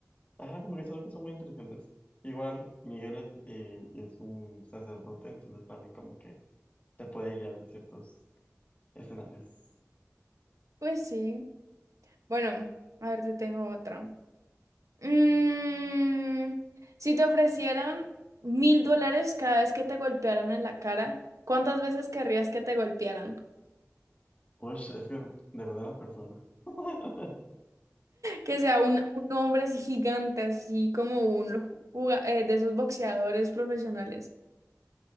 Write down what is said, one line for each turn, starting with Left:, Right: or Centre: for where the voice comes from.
Left: Ajá, como que son cosas muy inteligentes. Igual Miguel es, eh, es un sacerdote, entonces también como que te puede guiar en ciertos escenarios.
Right: Pues sí. Bueno, a ver, te tengo otra. Mm, si te ofrecieran mil dólares cada vez que te golpearan en la cara, ¿cuántas veces querrías que te golpearan?
Left: Uy, es que depende de la persona. <laughs>
Right: Que sea un, un hombre así gigante, así como un juga- eh, de esos boxeadores profesionales.